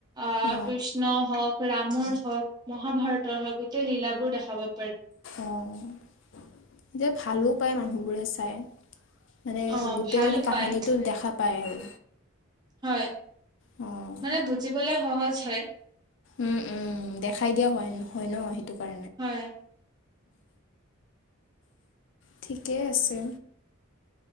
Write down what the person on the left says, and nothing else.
অ
অঁ যে ভালো পায় মানুহবোৰে চাই। মানে
গোটেই
মানে
কাহানীটো দেখা পায় আৰু।
অ
উম উম দেখাই দিয়া হয় হয় ন সেইটো কাৰণে।
ঠিকেই আছে।